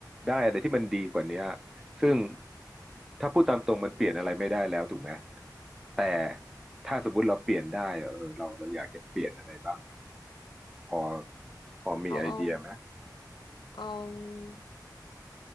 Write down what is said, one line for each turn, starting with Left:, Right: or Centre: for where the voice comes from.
Centre: ได้อะไรที่มันดีกว่าเนี้ยซึ่งถ้าพูดตามตรงมันเปลี่ยนอะไรไม่ได้แล้วถูกไหมแต่ถ้าสมมุติเราเปลี่ยนได้อะเออเราเราอยากจะเปลี่ยนอะไรบ้างอะพอพอมีไอเดียไหม
Left: เอาเอาเอา